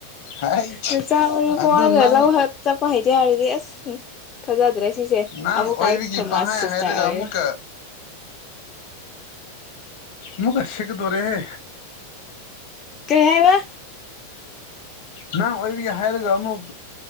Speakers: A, on the left (about 50°); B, on the left (about 30°).
A: ꯍꯥꯏꯠ
B: ꯃꯤꯁꯥ ꯃꯔꯤ
A: ꯑꯗꯨ
B: ꯄꯔ
A: ꯅꯪ
B: ꯂ ꯍꯠ ꯆꯞꯄ ꯍꯥꯏꯩꯗꯤꯦ ꯍꯥꯏꯔꯗꯤ ꯑꯁ ꯎ ꯊꯥꯖꯗ꯭ꯔꯦ ꯁꯤꯁꯦ
A: ꯅꯪ
B: ꯑꯃꯨꯛꯀ
A: ꯑꯣꯏꯕꯤꯒꯤ
B: ꯑꯩ ꯊꯣꯃꯥꯁ
A: ꯄꯪꯍꯥꯏ
B: ꯁꯤꯁꯇꯔ
A: ꯍꯥꯏꯔꯒ
B: ꯑꯣꯏꯔꯦ
A: ꯑꯃꯨꯛꯀ ꯃꯛ ꯀꯁꯤꯒꯗꯣꯔꯦꯍꯦ
B: ꯀꯕ
A: ꯅꯍꯪ ꯑꯣꯏꯕꯤꯒꯦ ꯍꯥꯏꯔꯒ ꯑꯃꯨꯛ